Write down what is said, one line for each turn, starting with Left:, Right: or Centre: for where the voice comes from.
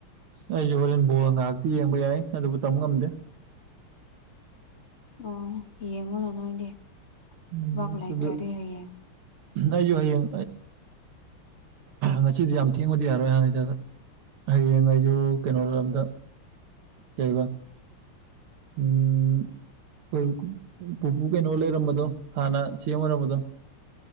Right: ꯑꯩꯁꯨꯦ ꯍꯣꯔꯦꯟ ꯕꯣꯜ ꯉꯥꯏꯥꯛꯇꯤ ꯌꯦꯡꯕ ꯌꯥꯏ ꯑꯗꯨꯕꯨ ꯇꯝꯕ ꯉꯝꯗꯦ
Left: ꯑꯣ ꯌꯦꯡꯉꯨꯅ ꯅꯣꯏꯗꯤ ꯂꯩꯕꯥꯛ
Right: ꯎꯝ
Left: ꯂꯩꯇ꯭ꯔꯗꯤ
Right: ꯑꯗꯨ
Left: ꯍꯌꯦꯡ
Right: ꯑꯩꯁꯨ ꯍꯌꯦꯡ ꯉꯁꯤꯗꯤ ꯌꯥꯝ ꯊꯦꯡꯕꯗꯤ ꯌꯥꯔꯣꯏ ꯍꯥꯟꯅꯩ ꯗꯥꯏꯗ ꯍꯌꯦꯡ ꯑꯩꯁꯨ ꯀꯩꯅꯣꯔꯣꯝꯗ ꯀꯩꯕ ꯎꯝ ꯑꯩ ꯄꯨꯄꯨ ꯀꯩꯅꯣ ꯂꯩꯔꯝꯕꯗꯣ ꯍꯥꯟꯅ ꯁꯥꯑ‌ꯦꯝ ꯑꯣꯏꯔꯝꯕꯗꯣ